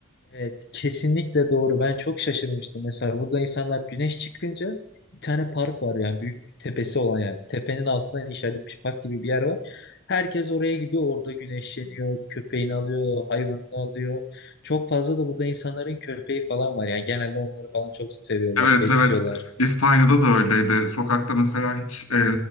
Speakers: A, on the left; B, on the left.
A: Evet, kesinlikle doğru. Ben çok şaşırmıştım. Mesela burada insanlar güneş çıkınca bir tane park var yani büyük tepesi olan yani tepenin altından inşa edilmiş park gibi bir yer var. Herkes oraya gidiyor, orada güneşleniyor, köpeğini alıyor, hayvanını alıyor. Çok fazla da burada insanların köpeği falan var. Yani genelde onları falan çok seviyorlar,
B: Evet
A: besliyorlar.
B: evet İspanya'da da öyleydi. Sokakta mesela hiç e,